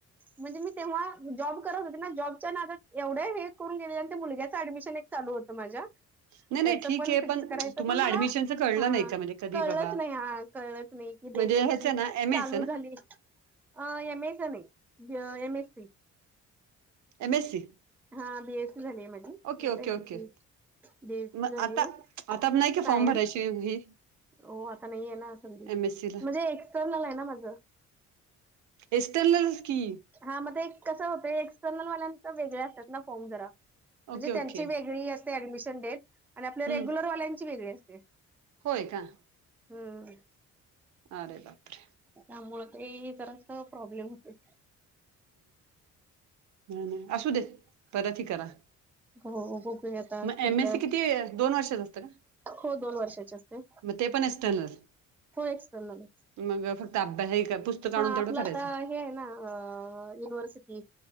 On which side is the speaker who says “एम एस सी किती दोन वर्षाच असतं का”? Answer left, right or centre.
Right